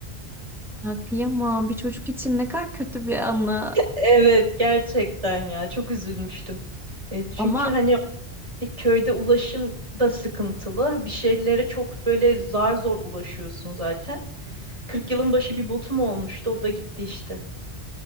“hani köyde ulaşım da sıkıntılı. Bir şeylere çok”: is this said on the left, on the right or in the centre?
Right